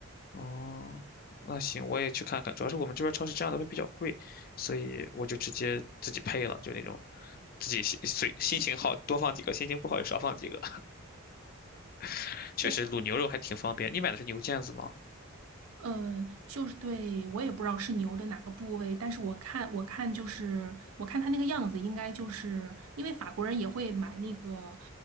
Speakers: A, on the left; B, on the right.
A: 哦，那行，我也去看看。主要是我们这边超市这样的会比较贵，所以我就直接自己配了，就那种自己心随心情好多放几个，心情不好就少放几个。<laughs> 确实卤牛肉还挺方便。
B: 对，
A: 你买的是牛腱子吗？
B: 嗯，呃就是对，我也不知道是牛的哪个部位，但是我看，我看就是，我看它那个样子，应该就是因为法国人也会买那个